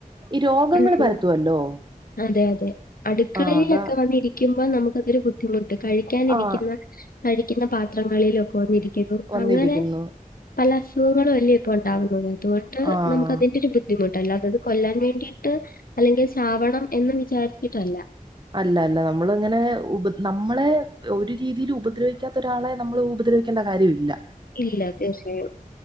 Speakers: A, on the right (about 30°); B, on the left (about 80°).
A: ഈ രോഗങ്ങൾ
B: ഉം
A: പരത്തുവല്ലോ
B: അതെ അതെ അടുക്കളയിലൊക്കെ
A: ആഹ് അതാ
B: വന്നിരിക്കുമ്പോ നമുക്കതൊരു ബുദ്ധിമു ട്ട് കഴിക്കാനിരിക്കുന്ന
A: ആഹ്
B: കഴിക്കുന്ന പാത്രങ്ങളിലൊക്കെ വന്നിരിക്കുന്നു
A: വന്നിരിക്കുന്നു
B: അങ്ങനെ പല അസുഖങ്ങളും വല്ല ഇപ്പ ഉണ്ടാകുന്നത് അതുകൊണ്ട്
A: ആഹ്
B: നമുക്ക് അതിന്റെ ഒരു ബുദ്ധിമുട്ടല്ല അല്ലാതത് കൊല്ലാൻ വേണ്ടിട്ട് അല്ലെങ്കിൽ ചാവണം എന്ന് വിചാരിച്ചിട്ടല്ല.
A: അല്ല അല്ല നമ്മളിങ്ങനെ ഉപ നമ്മളെ ഒരു രീതിയിൽ ഉപദ്രവിക്കാത്ത ഒരാളെ നമ്മൾ ഉപദ്ര വിക്കണ്ട കാര്യം ഇല്ല
B: ഇല്ല തീർച്ചയായും